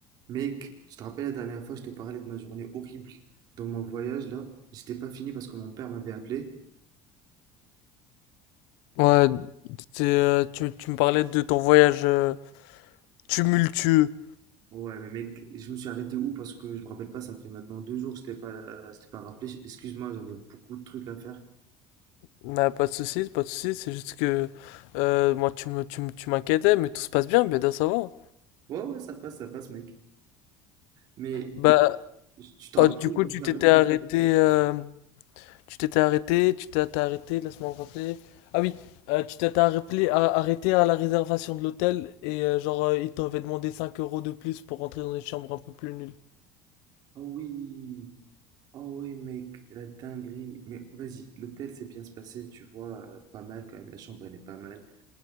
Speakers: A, on the right; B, on the left.
A: Mec, tu te rappelles la dernière fois, je te parlais de ma journée horrible dans mon voyage là. J'étais pas fini parce que mon père m'avait appelé.
B: Ouais, c'est, euh, tu, tu me parlais de ton voyage euh, tumultueux.
A: Ouais, mais mec, je me suis arrêté où parce que je me rappelle pas, ça fait maintenant deux jours que je t'ai pas, euh, je t'ai pas rappelé. Excuse-moi, j'avais beaucoup de trucs à faire.
B: Bah, pas de soucis, pas de soucis, c'est juste que euh, moi tu me, tu me- tu m'inquiétais, mais tout se passe bien, bien ça va.
A: Ouais, ouais, ça passe, ça passe, mec. Mais
B: Bah,
A: tu te rappelles
B: oh, du
A: où
B: coup
A: je
B: tu
A: me suis arrêté?
B: t'étais arrêté, euh, tu t'étais arrêté, tu t'es t'es arrêté, laisse-moi me rappeler. Ah oui, euh, tu t'étais arrêté, arrêté à la réservation de l'hôtel et euh, genre euh, ils t'avaient demandé 5 euros de plus pour rentrer dans une chambre un peu plus nulle.
A: Ah oui, ah oui, mec, la dinguerie. Mais vas-y, l'hôtel s'est bien se passé, tu vois, euh, pas mal quand même. La chambre, elle est pas mal.